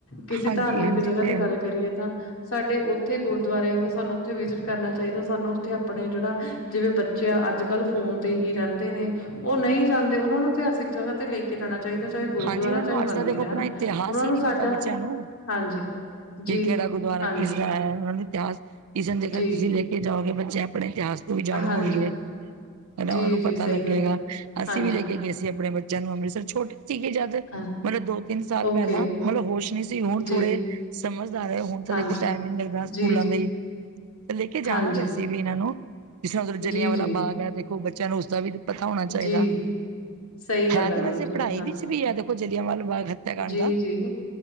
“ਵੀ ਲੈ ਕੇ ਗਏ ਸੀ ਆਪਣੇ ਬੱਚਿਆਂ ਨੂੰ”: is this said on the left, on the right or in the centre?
Right